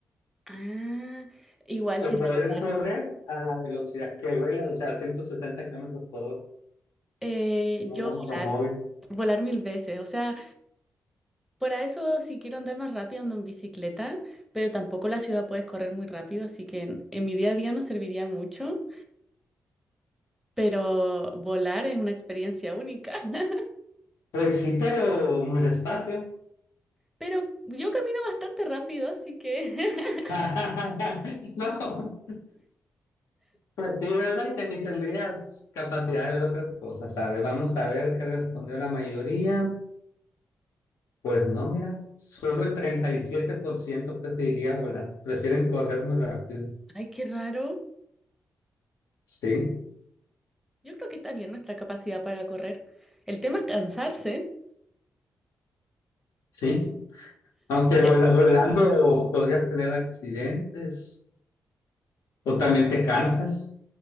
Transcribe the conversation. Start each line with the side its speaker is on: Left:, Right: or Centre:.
Centre: Ah, igual sería
Left: O poder
Centre: volar.
Left: correr a la velocidad que vuela o sea, 160 kilómetros por hora,
Centre: Eh,
Left: como
Centre: yo
Left: un automóvil.
Centre: volar. Volar mil veces. O sea, Para eso, si quiero andar más rápido, ando en bicicleta, pero tampoco la ciudad puedes correr muy rápido, así que en, en mi día a día no serviría mucho, pero volar es una experiencia única. <laughs>
Left: Pues sí, pero muy despacio.
Centre: Pero yo camino bastante rápido, así que... <laughs>
Left: <laughs> No, pues sí, ¿verdad? Y, te- y tendrías capacidad de ver otras cosas. A ver, vamos a ver qué respondió la mayoría. Pues no, mira, solo el 37% preferiría volar, prefieren correr muy rápido.
Centre: Ay, qué raro.
Left: Sí,
Centre: Yo creo que está bien nuestra capacidad para correr. El tema es cansarse.
Left: sí. Aunque
Centre: Ya.
Left: vola- volando podrías tener accidentes o también te cansas.